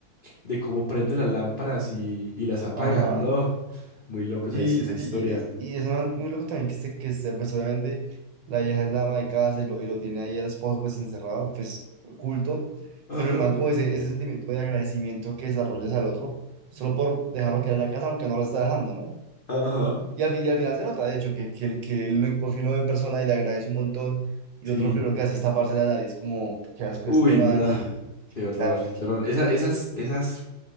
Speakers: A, on the left; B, on the right.
A: de cómo prenden las lámparas y, y las apagan.
B: ajá.
A: No, muy loco
B: Y,
A: esa, his- esa historia.
B: y, y, y y ese man muy loco también que este, que este, pues obviamente la vieja es la ama de casa y lo, y lo tiene ahí al esposo pues encerrado, pues oculto,
A: Ajá,
B: pero el man como ese, ese sentimiento de agradecimiento que desarrollas al otro, solo por dejarlo quedar en la casa aunque no lo está dejando, ¿no?
A: ajá.
B: Y al, fin- y al final se nota, de hecho, que, que, él- que él lo- por fin lo ve en persona y le agradece un montón, y
A: Sí.
B: el otro lo primero que hace es taparse la nariz como, qué asco
A: Uy,
B: este man
A: no.
B: y
A: Qué horror,
B: dar
A: qué horror. Esa- esas, esas